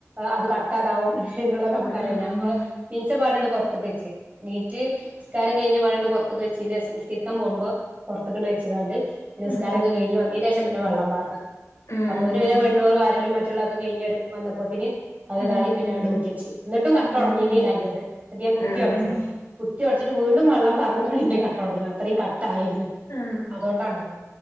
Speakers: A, on the right; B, on the left.
A: അത് കട്ടാതാവും എന്നുള്ളതൊക്കെ അമ്മക്ക്
B: ആഹ്
A: അറിയ ഞാപ്പൊ ണീച്ച പാടണ്ട് പൊർ ത്ക്കെച്ച് ണീറ്റ് ന്സ്കാരം കഴിഞ്ഞപാടണ്ട് പൊർ ക്ക്‌ വെച്ചിന്റെ സ്കര്ക്കാൻ പോവ്മ്പോ പൊർത്ത്ക്ക്‌ണ്ട് വെച്ചിങ്ങാണ്ട് പിന്ന
B: ഉം
A: സ്കാരൊക്കെ കയ്ഞ്ഞ് വെന്നേന്റെഷം പി ന്നെ വെള്ളം പാർന്ന്
B: ഉം ഉം
A: അപ്പോൊ ന്നെ വള്ളം പാർന്ന് അപ്പൊ പിന്നെ വെണ്ണൂറ് വാരലും മറ്റുള്ളൊക്ക കയ്ഞ്ഞ് ഒര് വന്നപ്പോത്തിന് അത്
B: ഉം
A: ഇതായി പിന്നാണ്ട് ഊറ്റിയെച്ചി ന്ന്ട്ടും കട്ട
B: ഉം
A: ഒടഞ്ഞിനീല്ല അയ്ന്റത് ന്നിട്ട് ഞാൻ കുത്തി
B: ആഹ് ആഹ്
A: ഒടച്ചതാ കുത്ത്യോട്ച്ചിട്ട് വീണ്ടും വള്ളം പാർന്ന്ട്ടാണ് ഇന്റെ കട്ടൊട്ഞ്ഞത് അത്രയും കട് ട്ടായിര്ന്ന്
B: ആഹ്
A: അതുകൊണ്ടാണത്